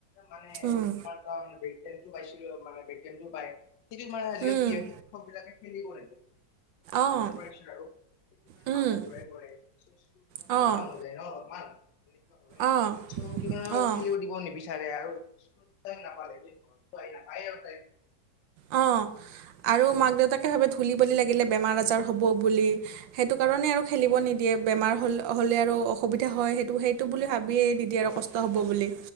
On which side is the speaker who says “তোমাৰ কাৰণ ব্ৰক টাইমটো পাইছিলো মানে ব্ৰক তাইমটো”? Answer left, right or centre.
Left